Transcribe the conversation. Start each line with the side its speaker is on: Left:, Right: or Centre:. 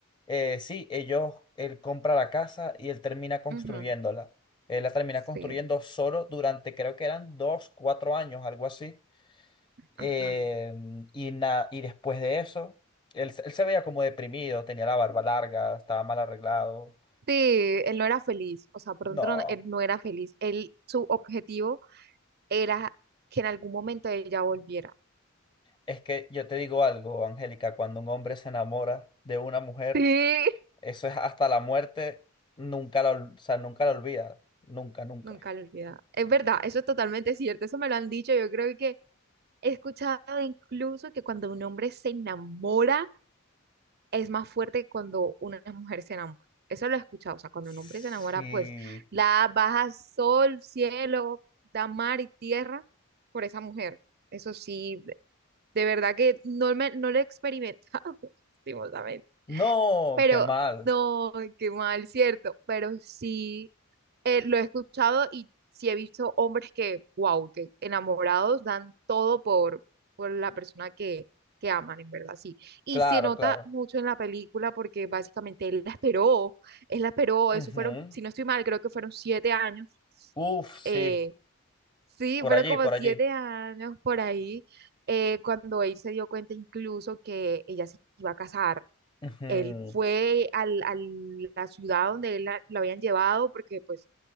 Left: eh, sí, ellos, él compra la casa y él termina construyéndola.
Right: ujú,
Left: Él la termina
Right: sí,
Left: construyendo solo durante, creo que eran dos, cuatro años, algo así. Eh,
Right: ajá.
Left: y, na- y después de eso, él, se- él se veía como deprimido, tenía la barba larga, estaba mal arreglado.
Right: Sí, él no era feliz, o sea, perdón,
Left: No,
Right: no, él no era feliz. Él, su objetivo era que en algún momento ella volviera.
Left: es que yo te digo algo, Angélica, cuando un hombre se enamora de una mujer,
Right: Sí.
Left: Eso es hasta la muerte, nunca la, ol- o sea, nunca la olvida. Nunca, nunca.
Right: Nunca lo olvida. Es verdad, eso es totalmente cierto, eso me lo han dicho. Yo creo que he escuchado incluso que cuando un hombre se enamora es más fuerte que cuando una mujer se enamora. Eso lo he escuchado, o sea, cuando
Left: Sí.
Right: un hombre se enamora, pues la baja sol, cielo, da mar y tierra por esa mujer. Eso sí, De verdad que no, me, no lo he experimentado, <laughs> lastimosamente.
Left: No,
Right: Pero
Left: qué mal.
Right: no, qué mal, cierto. Pero sí eh, lo he escuchado y sí he visto hombres que, wow, que enamorados dan todo por, por la persona que, que aman, en verdad, sí. Y
Left: Claro,
Right: se nota
Left: claro.
Right: mucho en la película porque básicamente él la esperó, él la esperó,
Left: Ujú.
Right: eso fueron, si no estoy mal, creo que fueron siete años
Left: Uf, sí.
Right: eh, Sí,
Left: Por
Right: fueron
Left: allí,
Right: como
Left: por
Right: siete
Left: allí.
Right: años por ahí, eh, cuando él se dio cuenta incluso que ella se iba a casar.
Left: Ujú.
Right: Él fue al, a la ciudad donde él la, la habían llevado, porque pues